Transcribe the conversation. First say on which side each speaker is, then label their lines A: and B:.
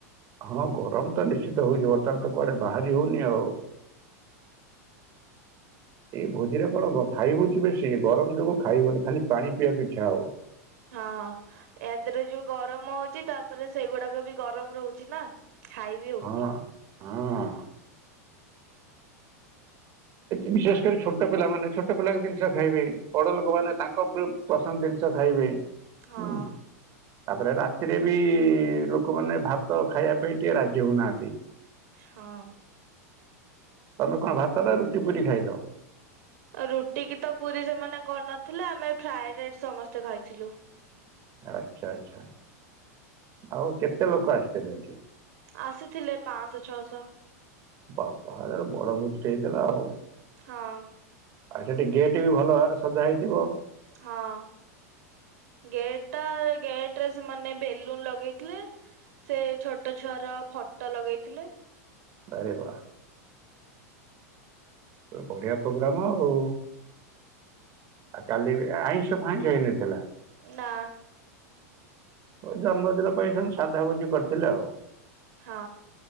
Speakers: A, on the right (about 40°); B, on the right (about 70°).
A: ହଁ ଗରମ ତ ନିଶ୍ଚିତ ହଉଛି ବର୍ତ୍ତମାନ ତ କୁଆଡେ ବାହାରି ହଉନି ଆଉ। ଏଇ ଭୋଜିରେ କଣ ଖାଇ ହଉଛି ବେଶୀ ଗରମ ଯୋଗୁ ଖାଇ ହଉନି ଖାଲି ପାଣି ପିଇବାକୁ ଇଚ୍ଛା ହବ।
B: ହଁ ୟା ଦେହରେ ଯୋଉ ଗରମ ହଉଛି ତାପରେ ସେଇଗୁଡାକ ବି ଗରମ ରହୁଛି ନା। ଖାଇ ବିି ହଉନି।
A: ହଁ ହଁ। ବିଶେଷ କରି ଛୋଟ ପିଲାମାନେ ଛୋଟ ପିଲାଙ୍କ ଜିନିଷ ଖାଇବେ ବଡ ଲୋକମାନେ ତାଙ୍କ ପସନ୍ଦ ଜିନିଷ ଖାଇବେ ହୁଁ।
B: ହଁ
A: ତାପରେ ରାତିରେ ବି ଲୋକମାନେ ଭାତ ଖାଇବା ପାଇଁ ଟିକେ ରାଜି ହଉନାହାନ୍ତି।
B: ହଁ।
A: ତମେ କଣ ଭାତନା ରୁଟି ପୁରୀ ଖାଇଲ।
B: ରୁଟି କି ତ ପୁରୀ ସେମାନେ କରିନଥିଲେ ଆମେ ଫ୍ରାଏଡ ରାଇସ୍ ସମସ୍ତେ ଖାଇଥିଲୁ।
A: ଆଚ୍ଛା ଆଚ୍ଛା ଆଉ କେତେ ଲୋକ ଆସିଥିଲେ।
B: ଆସିଥିଲେ ପାଞ୍ଚଶହ ଛଅଶହ।
A: ବାପାରି ବଡ ଭୋଜିଟେ ହେଇଥିଲା ଆଉ।
B: ହଁ।
A: ଆଉ ସେଠି ଗେଟ୍ ବି ଭଲ ଭାବରେ ସଜା ହେଇଥିବ।
B: ହଁ। ଗେଟ୍ ଗେଟରେ ସେମାନେ ବେଲୁନ ଲଗେଇଥିଲେ। ସେ ଛୋଟ ଛୁଆର ଫଟୋ ଲଗେଇଥିଲେ।
A: ଆରେ ବା। ତ ବଢିଆ ପୋଗ୍ରାମ ଆଉ। ଆଉ କାଲି ବି ଆଇଁଷ ଫାଇଁଷ ହେଇନଥିଲା।
B: ନା।
A: ଓ ଜନ୍ମଦିନ ପାଇଁ ସବୁ ସାଧା ଭୋଜି କରିଥିଲେ ଆଉ।
B: ହଁ